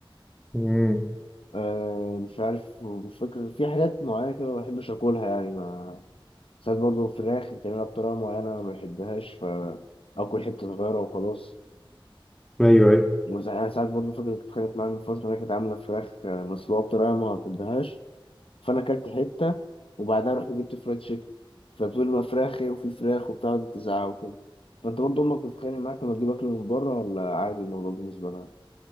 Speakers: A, in the centre; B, on the left (about 80°).
A: امم
B: آه مش عارف مش فاكر في حاجات معينه كده ما بحبش اكلها يعني ما ساعات برضه فراخ بتعملها بطريقه معينه انا ما بحبهاش فاكل حته صغيره وخلاص
A: ايوه ايوه
B: وساعات- يعني ساعات برضه فاكر كنت اتخانقت معايا من فتره إنها كانت عامله فراخ آه، مسلوقه بطريقه ما بحبهاش فانا اكلت حته وبعدها رحت جبت فرايد تشيكن فبتقول لي ما فراخي وفي فراخ وبتاع وقعدت تزعق وكده فانت برضه امك بتتخانق معاك لما تجيب اكل من بره ولا عادي الموضوع بالنسبه لها؟